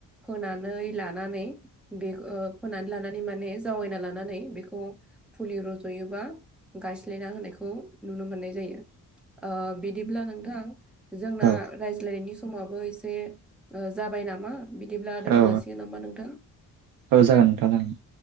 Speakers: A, in the centre; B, on the right.
A: फोनान नै लानानै बे <unintelligible> ओ फोनानै लानानै माने जावायना लानानै बेखौ फुलि रज'योबा गायस्लायना होनायखौ नुनो मोननाय जायो। ओ बिदिब्ला नोंथां जोंना
B: औ
A: रायज्लायनायनि समाबो एसे ओ जाबाय नामा बिदिब्ला दोनथ'
B: औ
A: जाासिगोन नामा नोंथां?
B: औ जागोन नोंथां जागोन।